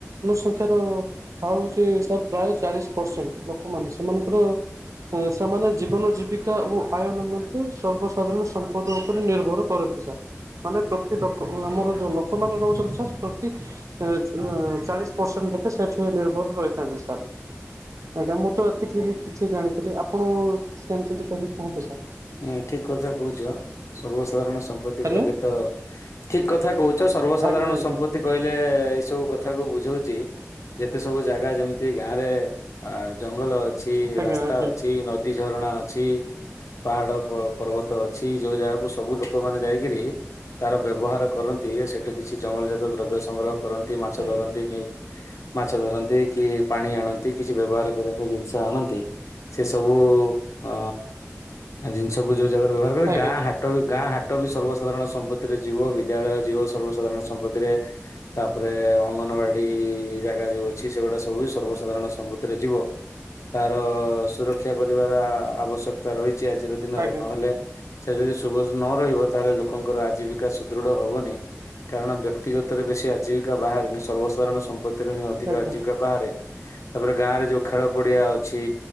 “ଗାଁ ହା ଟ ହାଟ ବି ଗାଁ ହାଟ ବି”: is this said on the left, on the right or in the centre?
Left